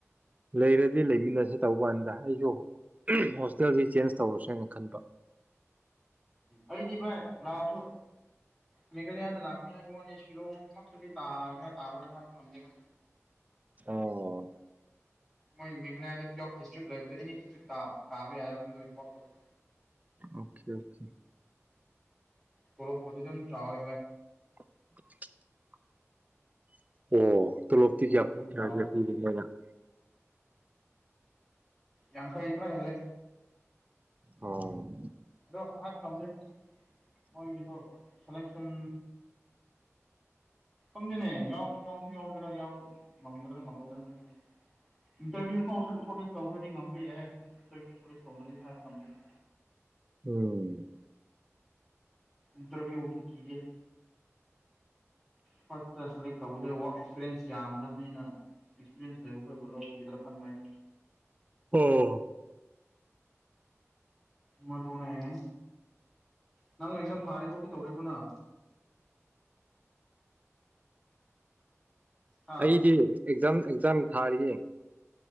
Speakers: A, on the right; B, in the centre.
A: ꯂꯩꯔꯗꯤ ꯂꯩꯃꯤꯟꯅꯁꯦ ꯇꯧꯕꯥꯟꯗ ꯑꯩꯁꯨ ꯍꯣꯁꯇꯦꯜꯁꯤ ꯆꯦꯟꯖ ꯇꯧꯔꯁꯦꯅ ꯈꯟꯕ
B: ꯑꯩꯗꯤꯚꯥꯏ ꯂꯁꯨꯣ ꯃꯦꯘꯜꯌꯥꯗ ꯂꯥꯛꯀꯅꯤ ꯍꯥꯏꯕ ꯋꯥꯅꯦ ꯁꯤꯂꯣꯡꯃꯛꯇꯨꯗꯤ ꯇꯥ꯭ꯔꯥ ꯇꯥꯔꯔꯥ ꯍꯥꯏꯕ ꯉꯝꯗꯦꯕꯥ
A: ꯑꯣ
B: ꯃꯣꯏ ꯃꯦꯘꯥꯂꯌꯥꯗ ꯇ꯭ ꯑꯣꯐ ꯗꯤꯁꯇ꯭ꯔꯤꯛ ꯂꯩꯕꯗꯨ ꯑꯦꯅꯤ ꯗꯤꯁꯇ꯭ꯔꯤꯛ ꯇꯥꯕ ꯌꯥꯏꯔ ꯃꯗꯨ ꯊꯕꯛꯇ ꯇꯧ
A: ꯑꯣꯀꯦ ꯑꯣꯀꯦ
B: ꯄꯔꯣꯞꯄꯨꯖꯝ ꯆꯥꯎꯏ
A: <inaudible> ꯑꯣ ꯇꯣꯂꯣꯇꯤ
B: ꯇꯣꯂꯣꯞꯄꯨꯗꯤ ꯆꯥꯎꯋꯦ
A: ꯀꯌꯥ
B: ꯌꯥꯥꯡꯈ ꯌꯦ ꯈꯔ ꯍꯦꯂꯦ
A: ꯑꯣ
B: ꯑꯗꯣ ꯍꯥꯏꯕ ꯉꯝꯗ꯭ꯔꯦ ꯃꯣꯏꯒꯤꯗꯣ ꯁꯦꯂꯦꯛꯁꯟ ꯈꯡꯗꯦꯅꯦ ꯌꯥꯎ ꯌꯥꯎꯁꯨ ꯌꯥꯎꯗꯔꯥ ꯌꯥꯎ ꯉꯝꯒꯗ꯭ꯔꯥ ꯉꯝꯃꯗ꯭ꯔꯥ ꯁꯪꯗꯦꯅꯦ ꯏꯟꯇꯔꯚꯤꯌꯨ ꯐꯥꯎ ꯁꯣꯔꯇꯤꯁ ꯇꯧꯈ꯭ꯔꯗꯤ ꯉꯝꯕ ꯌꯥꯏ ꯏꯔꯚ ꯁꯇ ꯇꯧꯗ꯭ꯔꯗꯤ ꯍꯥꯏꯕ ꯉ <inaudible>
A: ꯎꯝ
B: ꯏꯟꯇ꯭ꯔꯚ꯭ꯨꯗꯤ ꯀꯖꯦ ꯐꯥꯔꯁꯇ ꯁꯦꯂꯦꯛ ꯇꯧꯕꯗ ꯋꯥꯛ ꯑꯦꯛꯁꯄꯤꯔꯤꯌꯦꯟꯁ ꯌꯥꯝꯗꯕꯅꯤꯅ ꯑꯦꯛꯁꯄꯤꯔꯤꯌꯦꯟꯁ ꯂꯩꯕ ꯑꯩꯈꯣꯏꯕꯣ ꯂ ꯑꯣꯄꯤꯒꯗ꯭ꯔꯥ ꯈꯟꯕꯅ
A: ꯑꯣꯝ
B: ꯃꯗꯨꯨꯅꯦꯅꯦ ꯅꯪꯅ ꯑꯦꯛꯖꯥꯝ ꯊꯥꯔꯤꯕ ꯀꯩ ꯇꯧꯔꯤꯕꯅꯣ ꯍꯥ
A: ꯑꯩꯗꯤ ꯑꯦꯛꯖꯥꯝ ꯑꯦꯛꯖꯥꯝ ꯊꯥꯔꯤꯌꯦ